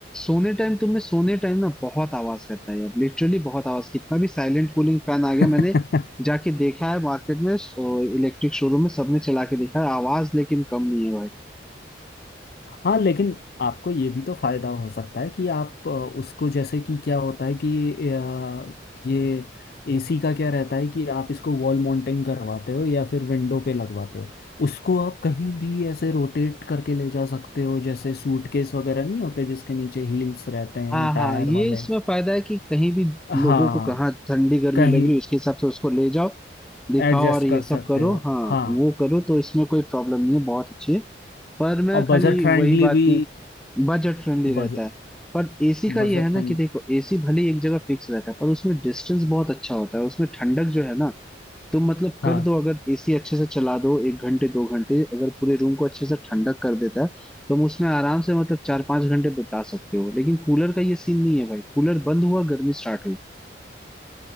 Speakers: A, in the centre; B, on the left.
A: सोने टाइम तुम्हें सोने टाइम ना बहुत आवाज करता है यार लिटरली बहुत आवाज कितना भी साइलेंट कूलिंग फैन आ गया
B: <laughs>
A: मैंने जाके देखा है मार्केट में इलेक्ट्रिक शोरूम में सबने चला के देखा है आवाज लेकिन कम नहीं है भाई
B: हाँ लेकिन आपको ये भी तो फायदा हो सकता है कि आप अ, उसको जैसे कि क्या होता है कि अ, ये एसी का क्या रहता है कि आप इसको वॉल माउंटिंग करवाते हो या फिर विंडो पे लगवाते हो उसको आप कहीं भी ऐसे रोटेट करके ले जा सकते हो जैसे सूटकेस वगैरह नहीं होते जिसके नीचे हील्स रहते हैं
A: हाँ
B: टायर
A: हाँ ये
B: वाले
A: इसमें फायदा है कि कहीं भी लोगों
B: हाँ
A: को कहाँ ठंडी गर्मी
B: कहीं
A: लग रही है उसके हिसाब से उसको ले जाओ दिखाओ
B: एडजस्ट
A: और ये
B: कर
A: सब
B: सकते
A: करो
B: हो
A: हाँ
B: हाँ
A: वो करो तो इसमें कोई प्रॉब्लम नहीं है बहुत अच्छी है पर मैं
B: और
A: खाली
B: बजट फ्रेंडली
A: वही बात
B: भी
A: नहीं बजट फ्रेंडली
B: बजट
A: रहता है पर एसी का
B: बजट
A: ये है ना
B: फ्रेंड
A: कि देखो एसी भले ही एक जगह फिक्स रहता है पर उसमें डिस्टेंस बहुत अच्छा होता है उसमें ठंडक जो है ना तो मतलब कर
B: हाँ
A: दो अगर एसी अच्छे से चला दो एक घंटे दो घंटे अगर पूरे रूम को अच्छे से ठंडक कर देता है तो हम उसमें आराम से मतलब चार पांच घंटे बिता सकते हो लेकिन कूलर का ये सीन नहीं है भाई कूलर बंद हुआ गर्मी स्टार्ट हुई